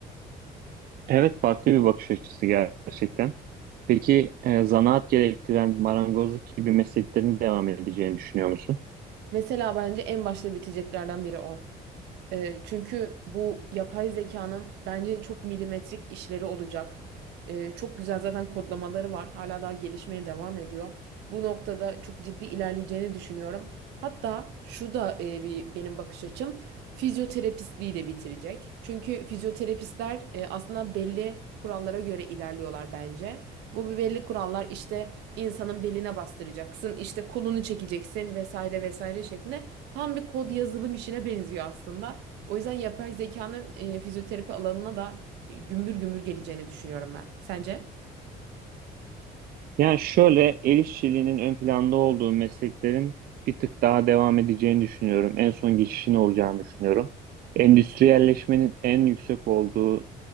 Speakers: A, on the right; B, on the right.
A: Evet, farklı bir bakış açısı gerçekten. Peki e, zanaat gerektiren marangozluk gibi mesleklerin devam edeceğini düşünüyor musun?
B: Mesela bence en başta biteceklerden biri o. E, çünkü bu yapay zekanın bence çok milimetrik işleri olacak. E, çok güzel zaten kodlamaları var. Hala daha gelişmeye devam ediyor. Bu noktada çok ciddi ilerleyeceğini düşünüyorum. Hatta şu da e, bir benim bakış açım fizyoterapistliği de bitirecek. Çünkü fizyoterapistler e, aslında belli kurallara göre ilerliyorlar bence. Bu bir belli kurallar işte insanın beline bastıracaksın, işte kolunu çekeceksin vesaire vesaire şeklinde tam bir kod yazılım işine benziyor aslında. O yüzden yapay zekanın e, fizyoterapi alanına da e, gümbür gümbür geleceğini düşünüyorum ben. Sence?
A: Yani şöyle el işçiliğinin ön planda olduğu mesleklerin bir tık daha devam edeceğini düşünüyorum. En son geçişin olacağını düşünüyorum. Endüstriyelleşmenin en yüksek olduğu